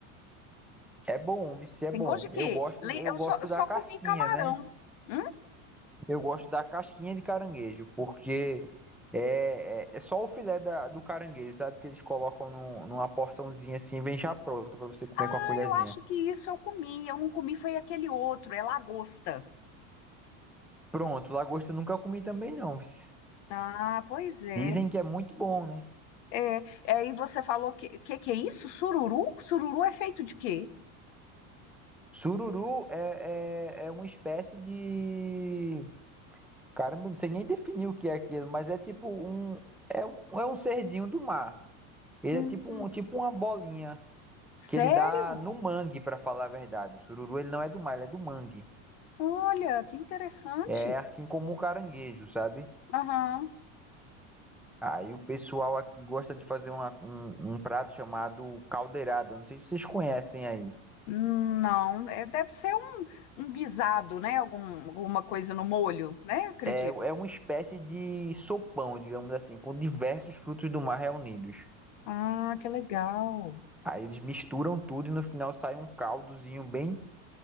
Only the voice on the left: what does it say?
Tem
gosto de quê?
Le-
Eu
só, eu só
comi camarão.
Hum?
Ah,
eu acho que isso eu comi. Eu não comi foi aquele outro, é lagosta.
Ah, pois é.
É, é, e você falou que, que que é isso? Sururu? Sururu é feito de quê?
Hum,
sério?
Olha, que interessante.
Aham.
Hum, Não, é, deve ser um, um guisado, né? Algum, alguma coisa no molho, né? Eu Acredito.
Ah, que legal.